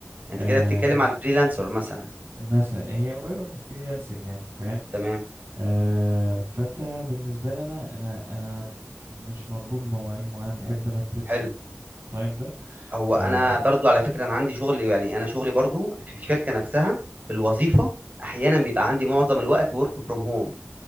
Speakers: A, on the right; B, on the right.
A: انت
B: آه
A: كده بتتكلم على الفريلانسر مثلا
B: مثلا هي قريبه من الفريلانسنج يعني فاهم
A: تمام
B: آه فانت بالنسبه لي انا انا انا مش مربوط بمواعيد معين بحب انا فليكسبل
A: حلو
B: تايم ده
A: هو
B: اه
A: انا برضو على فكره انا عندي شغل يعني انا شغلي برضو في الشركه نفسها في الوظيفه
B: مم.
A: احيانا
B: مم.
A: بيبقى عندي معظم الوقت ورك فروم هوم